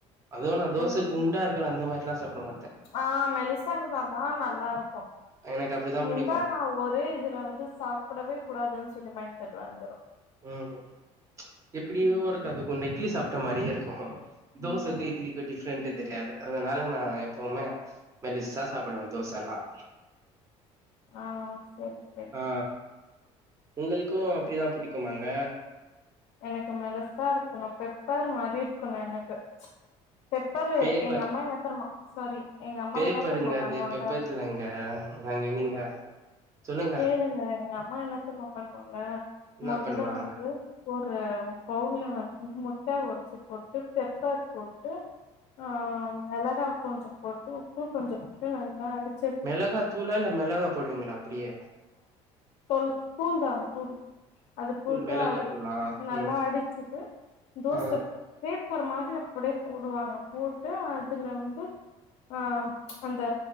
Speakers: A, on the right; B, on the left.
A: அதுவும் நா தோசை
B: ம்
A: குண்டா இருக்கும்ல அந்த மாரி லாம் சாப்படுங்க
B: ஆ மெலிச இருந்தா தான் நல்லா இருக்கும்
A: எனக்கு அப்டிதா புடிக்கு
B: உண்டா நா ஒரே இதுல வந்து சாப்பிடவே கூடாதுன்னு சொல் மயின்ட்செட் வந்துரும்
A: ம் எப்டியோருக்கு
B: ம்
A: அது இட்லி சாப் ட மாரியே இருக்கும் தோசைக்கும்
B: ம்
A: இட்லிக்கும் டிப்ஃரெண்டு தெரியாது அதனால நா எப்பவுமே மெலிசா சாப்பிடுவேன் தோசைலாம்
B: ஆ செரி செரி
A: ஆ உங்களுக்கும் அப்டி தா பிடிக்குமாங்க
B: எனக்கு மெலிசா இருக்கணும் பெப்பர் மாரி இருக்கணும் எனக்கு பெப்பரு
A: பேப்பர்
B: எங்க அம்மா என்னா தெருமா சாரி எங்க அம்மா
A: பேப்பருங்க
B: என்னா தெரியமா பண்ணுவாங்க
A: அது பெப்பர் இல்லங்க நாங்க நீங்க சொல்லுங்க
B: கேளுங்க அம்மா என்ன தெர்மா பண்ணுவாங்க
A: என்ன
B: முதல்ல
A: பண்ணுவாங்க
B: வந்து ஒரு பவுல்ல வந் முட்ட ஒடைச்சி போட்டு பெப்பர் போட்டு ஆ மேளகா கொஞ்சம் போட்டு உப்பு கொஞ்சம் போட்டு நல்லா அடிச்
A: மிளகா தூளா இல்ல மிளகா போடுவீங்களா அப்டியே
B: தல் தூள் தான் தூள் அது போட்டு
A: தூள் மிளகாத்தூளா
B: அரு நல்லா
A: ம்
B: அடிச்சுட்டு தோச
A: ஆ
B: பேப்பர் மாரி அப்டியே போடுவாங்க போட்டு அதுல வந்து ஆ அந்த